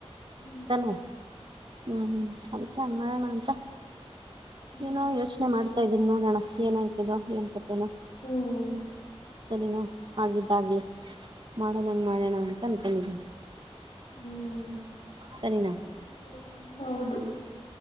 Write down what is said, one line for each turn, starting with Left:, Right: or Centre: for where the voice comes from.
Left: ಹ್ಮ್
Right: ತಾನೆ ಹ್ಮ್ ಹ್ಮ್ ಅದಕ್ಕೆ ಹಂಗಡಣ ಅಂತ
Left: ಹ್ಮ್
Right: ಏನೋ ಯೋಚನೆ ಮಾಡ್ತಾ ಇದ್ದೀನಿ ನೋಡೋಣ ಏನಾಯ್ತದೋ ಏನ್ ಕತೆೇನೋ
Left: ಹ್ಮ್
Right: ಸರಿನಾ ಆಗಿದ್ದಾಗ್ಲಿ ಮಾಡೋದಂಗೆ ಮಾಡೋಣ ಅಂತ ಅನ್ಕೊಂಡಿದನಿ
Left: ಹ್ಮ್ <unintelligible>
Right: ಸರಿನಾ
Left: ಹೌದು